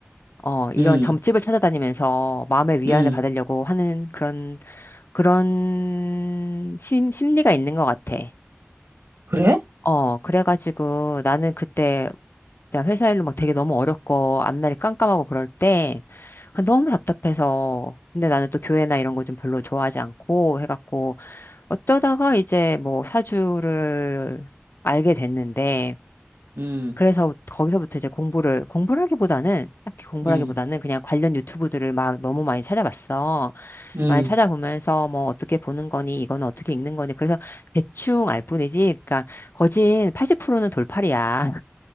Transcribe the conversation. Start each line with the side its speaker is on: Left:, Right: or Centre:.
Left: 어, 이런
Right: 음,
Left: 점집을 찾아다니면서 마음의 위안을
Right: 음,
Left: 받으려고 하는 그런, 그런 심, 심리가 있는 것 같아.
Right: 그래?
Left: 어, 그래가지고 나는 그때 진짜 회사 일로 막 되게 너무 어렵고 앞날이 깜깜하고 그럴 때 그냥 너무 답답해서 근데 나는 또 교회나 이런 거 좀 별로 좋아하지 않고 해갖고 어쩌다가 이제 뭐 사주를 알게 됐는데
Right: 음,
Left: 그래서 거기서부터 이제 공부를, 공부라기보다는, 딱히 공부라기보다는
Right: 음,
Left: 그냥 관련 유튜브들을 막 너무 많이 찾아봤어.
Right: 음,
Left: 많이 찾아보면서 뭐 어떻게 보는 거니, 이거는 어떻게 읽는 거니. 그래서 대충 알 뿐이지. 그러니까 거진 80%는 돌팔이야.